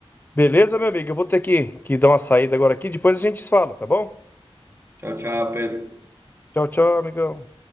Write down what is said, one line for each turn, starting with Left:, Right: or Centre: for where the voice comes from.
Left: Beleza, meu amigo? Eu vou ter que, que dar uma saída agora aqui. Depois a gente se fala, tá bom?
Right: Tchau, tchau, Pedro.
Left: Tchau, tchau, amigão.